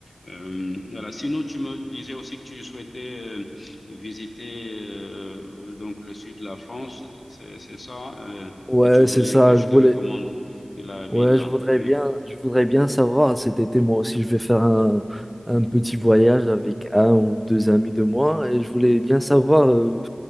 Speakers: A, on the left; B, in the centre.
A: Euh, voilà. Sinon, tu me disais aussi que tu souhaitais euh, visiter euh, donc le sud de la France, c'est c'est ça, euh,
B: ouais,
A: et tu voulais
B: c'est ça.
A: que je
B: Je
A: te
B: voulais,
A: recommande la ville
B: ouais,
A: là.
B: je voudrais
A: Oui,
B: bien, je voudrais bien savoir cet été, moi aussi, je vais faire un, un petit voyage avec un ou deux amis de moi et je voulais bien savoir. euh,